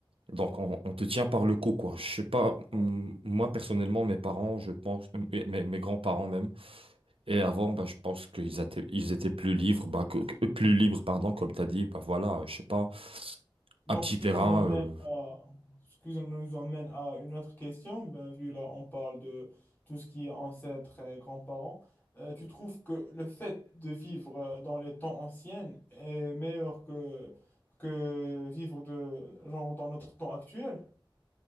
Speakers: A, on the right (about 85°); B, on the left (about 20°).
A: Donc, on, on te tient par le cou, quoi. Je sais pas,
B: Ouais.
A: hum, moi, personnellement, mes parents, je pense, mes, mes mes grands-parents même, et avant, bah, je pense qu'ils étaient, ils étaient plus libres, bah, que- que- plus libres, pardon, comme tu as dit, bah voilà, je sais pas,
B: Donc,
A: un petit
B: ce qui
A: terrain.
B: nous emmène
A: euh.
B: à, ce qui nous emmène à une autre question, ben, vu là, on parle de tout ce qui est ancêtres et grands-parents, euh, tu trouves que le fait de vivre euh, dans les temps anciens est meilleur que, que vivre de, genre, dans notre temps actuel?